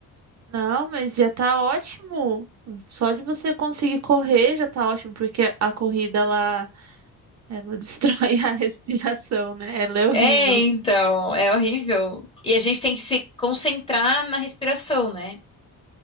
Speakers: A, on the right; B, on the left.
A: não, mas já tá ótimo. Só de você conseguir correr já tá ótimo, porque a corrida ela, ela <laughs> destrói a respiração, né? Ela é horrível.
B: É, então, é horrível. E a gente tem que se concentrar na respiração, né?